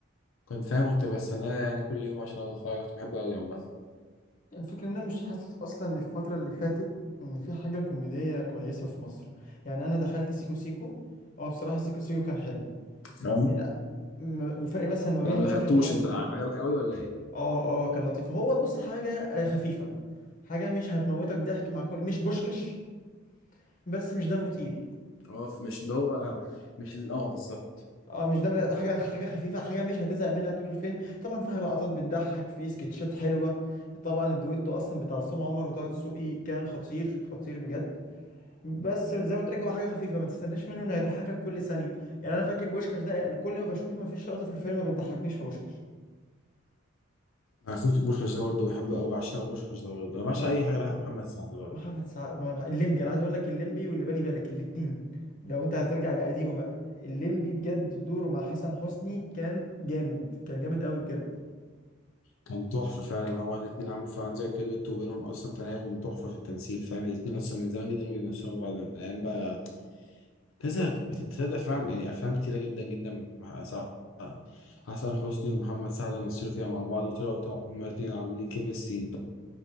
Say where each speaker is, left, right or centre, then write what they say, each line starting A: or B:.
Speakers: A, on the left (about 70°); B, on the left (about 40°).
A: كنت فاهم كنت بستناه يعني كل يوم عشان أقعد اتفرج كنت بحبه قوي عامه
B: الفكرة ان انا مش حاسس اصلا الفترة اللي فاتت ان في حاجة كوميدية كويسة في مصر يعني انا دخلت سيكو سيكو اه بصراحة سيكو سيكو كان حلو
A: أه.
B: من م- فرق مثلا ما بين
A: انا ما
B: بنك
A: دخلتوش
B: الحظ
A: انت عجبك قوي ولا ايه؟
B: اه اه كان لطيف هو بص حاجة آه، خفيفة حاجة مش هتموتك ضحك مع كل مش بوشكش بس مش دمه تقيل
A: اه مش اللي هو مش اللي اه بالظبط
B: اه مش دمه لا حاجة حاجة خفيفة حاجة مش هتزهق منها طول الفيلم طبعا فيها لقطات بتضحك في سكتشات حلوة طبعا الدويتو اصلا بتاع عصام عمر وطه دسوقي كان خطير خطير بجد بس زي ما قلت لك هو حاجة خفيفة ما تستناش منه انه يضحكك كل ثانية يعني انا فاكر بوشكش ده كل ما بشوفه ما فيش لقطة في الفيلم ما بتضحكنيش في بوشكش
A: انا شفت بوشكاش ده برضه بحبه قوي بعشقه بوشكاش ده برضه انا بعشق
B: ما
A: اي حاجه لها محمد سعد برضه
B: محمد سعد ما- الليمبي انا عايز اقول لك الليمبي واللي بالي بالك الاتنين لو انت هترجع لقديمه بقى الليمبي بجد دوره مع حسن حسني كان جامد كان جامد قوي بجد
A: كان تحفه فعلا هو الاثنين عملوا فعلا زي كده دويتو وبينهم اصلا تناغم تحفه في التمثيل فاهم الاثنين اصلا من زمان جدا وبيمثلوا بعض من الايام بقى كذا تتصدق فعلا يعني افلام كتيره جدا جدا مع سع- حسن حسني ومحمد سعد مثلوا فيها مع بعض وطلعوا تع- هما الاثنين عاملين كيمستري